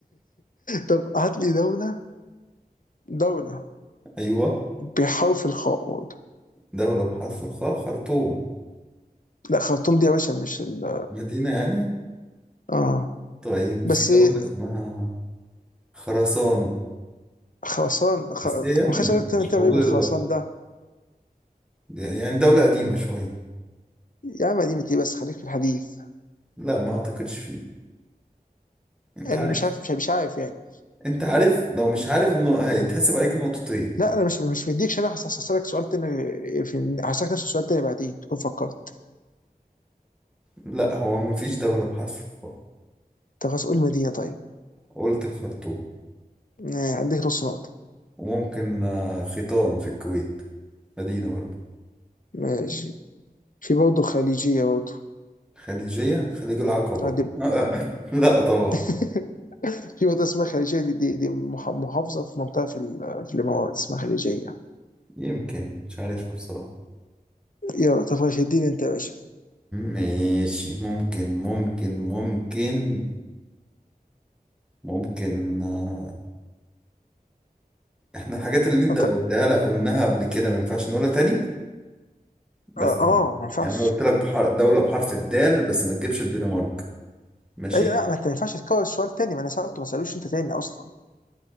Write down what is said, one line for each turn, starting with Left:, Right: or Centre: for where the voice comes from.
Left: طب هات لي دوله دوله
Centre: أيوه
Left: بحرف الخاء برضه
Centre: دولة بحرف الخاء خرطوم
Left: لا خرطوم دي يا باشا مش ال
Centre: مدينة يعني
Left: اه
Centre: طيب
Left: بس
Centre: في دولة
Left: إيه،
Centre: اسمها خراسان
Left: خرسان خ...
Centre: بس هي م-
Left: ما خدش بالك تعمل
Centre: مش
Left: تعمل
Centre: موجودة
Left: ايه بالخرسان
Centre: دلوقتي
Left: ده
Centre: يعني دولة قديمة شوية
Left: يا عم قديمة ايه بس خليك في الحديث
Centre: لا ما أعتقدش فيه أنت
Left: يعني
Centre: عارف
Left: مش عارف مش مش عارف يعني
Centre: أنت عارف لو مش عارف إنه هيتحسب عليك نقطتين
Left: لا انا مش مش مديكش انا هس- هسألك سؤال تاني غير- في هسألك نفس السؤال تاني بعدين تكون فكرت
Centre: لا هو مفيش دولة بحرف الخاء
Left: طب خلاص قول مدينة طيب
Centre: قلت الخرطوم
Left: آه، عندك نص نقطة
Centre: وممكن آه، خيطان في الكويت مدينة برضه
Left: ماشي في برضه خليجية برضه
Centre: خليجية خليج العقبة
Left: آه، دي
Centre: <laughs> لا طبعا
Left: <laughs> في منطقة اسمها خليجية دي, دي, دي مح- محافظة في منطقة في, ال- في الإمارات اسمها خليجية
Centre: يمكن مش عارفها بصراحة
Left: يلا طب ماشي اديني أنت يا باشا
Centre: ماشي ممكن ممكن ممكن ممكن آه، احنا الحاجات اللي انت
Left: أنت
Centre: قلتها لا قلناها قبل كده ما ينفعش نقولها تاني بس
Left: آه آه، ما ينفعش
Centre: يعني انا قلت لك بحر... دولة بحرف الدال بس ما تجيبش الدنمارك ماشي
Left: إيه ده؟ لا ما أنت ما ينفعش تكرر السؤال تاني ما أنا سألته ما سألوش أنت تاني أصلا